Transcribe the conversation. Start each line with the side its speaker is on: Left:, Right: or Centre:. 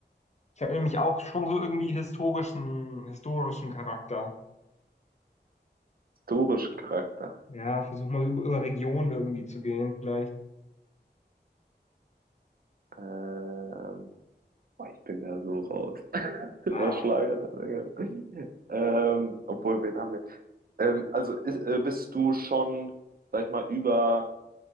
Left: Ich habe nämlich auch schon so irgendwie historischen, historischen Charakter.
Right: historischen Charakter.
Left: Ja, versuch mal über, über Regionen irgendwie zu gehen, vielleicht.
Right: Ähm, boah, ich bin da so raus. <laughs> Was
Left: Ah,
Right: Schlagersängerin? Ähm, obwohl, wen haben wir? Ähm, also ist, äh, bist du schon, sag ich mal, über,